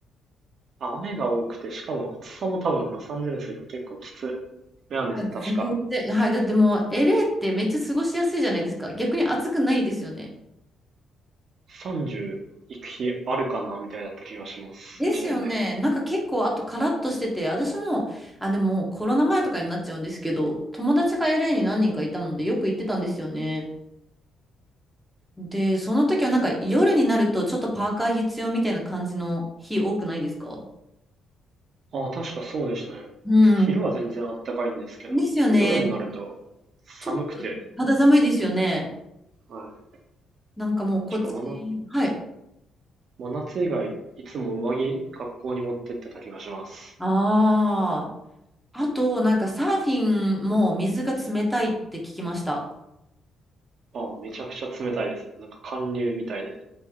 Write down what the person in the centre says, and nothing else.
あ、全然。
はい。だってもう、LA ってめっちゃ過ごしやすいじゃないですか。逆に暑くないですよね。
ですよね。
なんか結構、あとカラッとしてて、私も、あ、でもコロナ前とかになっちゃうんですけど、友達が LA に何人かいたので、よく行ってたんですよね。で、その時はなんか夜になるとちょっとパーカー必要みたいな感じの日多くないですか
うん。
ですよね。
ちょっと肌寒いですよね。
なんかもうこっち、
はい。
ああ。あと、なんかサーフィンも水が冷たいって聞きました。